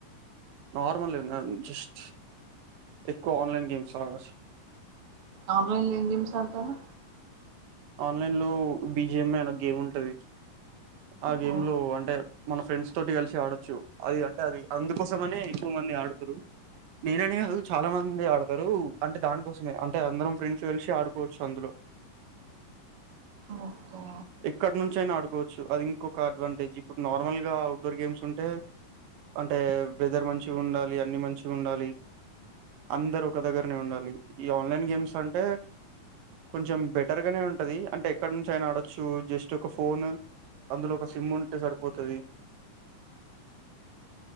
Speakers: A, on the right; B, on the right.
A: నార్మల్ జస్ట్ ఎక్కువ ఆన్లైన్ గేమ్స్ ఆడా
B: ఆన్లైన్ లో గేమ్స్ ఆడతారూ
A: ఆన్లైన్ లో బిజిఎం అన గేమ్ ఉంటుది ఆ గేమ్
B: ఓ
A: లో అంటే మన ఫ్రెండ్స్ తోటి కలిసి ఆడొచ్చు అది అంటే అది అందుకోసమనే ఎక్కువ మంది ఆడుతారు నేననే అ చాలా మంది ఆడతారు అంటే దానికోసమే అంటే అందరం ఫ్రెండ్స్ వెలిసి ఆడుకోవచ్చు అందులో
B: ఓకే
A: ఇక్కడ నుంచి అయినా ఆడుకోవచ్చు అది ఇంకొక అడ్వాంటేజ్ ఇప్పుడు నార్మల్ గా అఔట్ డోర్ గేమ్స్ ఉంటే అంటే వెదర్ మంచిగా ఉండాలి అన్ని మంచిగా ఉండాలి అందరు ఒక దగ్గరనే ఉండాలి ఈ ఆన్లైన్ గేమ్స్ అంటే కొంచెం బెట ఉంటది అంటే ఎక్కడ నుంచి ఆయన ఆడొచ్చు జస్ట్ ఒక ఫోన్ అందులో ఒక సిమ్ ఉంటే సరిపోతుంది